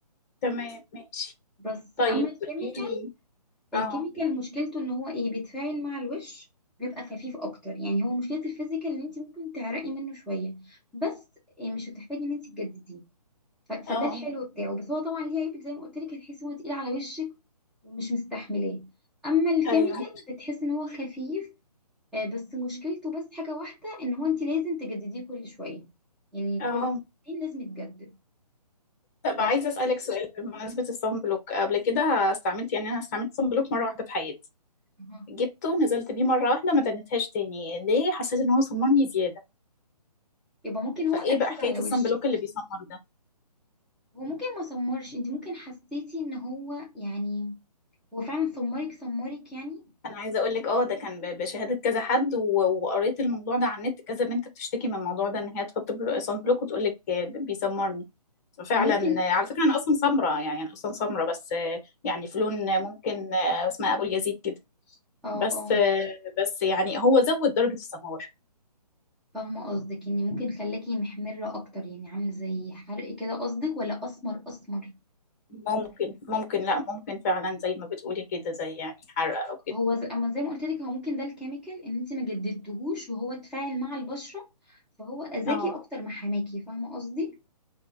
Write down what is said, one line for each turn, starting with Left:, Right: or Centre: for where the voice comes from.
Left: تمام ماشي
Centre: بس
Left: طيب
Centre: اما الكيميكال
Left: قولي لي
Centre: الكيميكال
Left: اه
Centre: مشكلته ان هو ايه بيتفاعل مع الوش بيبقى خفيف اكتر يعني هو مشكلة الفيزيكال ان انت ممكن تعرقي منه شوية بس إيه مش هتحتاجي ان انت تجدديه ف- فده
Left: اه
Centre: الحلو بتاعه بس هو طبعا ليه عيب زي ما قلت لك هتحسي ان هو تقيل على وشك ومش مستحملاه اما الكيميكال
Left: ايوه
Centre: بتحس ان هو خفيف آه، بس مشكلته بس حاجة واحدة ان هو انت لازم تجدديه كل شوية يعني
Left: اه
Centre: كل سنين لازم يتجدد
Left: طب
Centre: بس
Left: عايزة أسألك سؤال بمناسبة الصن بلوك قبل كده استعملت يعني أنا استعملت صن بلوك مرة واحدة في حياتي
Centre: أها.
Left: جبته نزلت بيه مرة واحدة ما تنتهاش تاني ليه حسيت إن هو صممني زيادة
Centre: يبقى ممكن هو
Left: فإيه
Centre: اكسد
Left: بقى حكاية
Centre: على
Left: الصن
Centre: وشك
Left: بلوك اللي بيسمر ده
Centre: هو ممكن ما سمرش انت ممكن حسيتي ان هو يعني هو فعلا سمرك سمرك يعني
Left: أنا عايزة أقولك أه ده كان ب- بشهادة كذا حد و- وقريت الموضوع ده على النت كذا بنت بتشتكي من الموضوع ده إن هي تحط بلو- صن بلوك وتقولك آه، ب- بيسمرني ففعلا
Centre: او ممكن
Left: آه، على فكرة أنا أصلا سمرة يعني أنا أصلا سمرة بس آه، يعني في لون آه، ممكن آه، اسمها أبو اليزيد كده
Centre: اه
Left: بس
Centre: اه
Left: آه، بس يعني هو زود درجة السمار
Centre: فاهمه قصدك ان ممكن خلاكي محمره اكتر يعني عامل زي حرق كده قصدك ولا اسمر اسمر
Left: ممكن ممكن لا ممكن فعلا زي ما بتقولي كده زي يعني حرق او كده
Centre: هو ز- اما زي ما قلت لك هو ممكن ده الكيميكال ان انت ما جددتهوش وهو اتفاعل مع البشره فهو اذاكي
Left: اه
Centre: اكتر ما حماكي فاهمه قصدي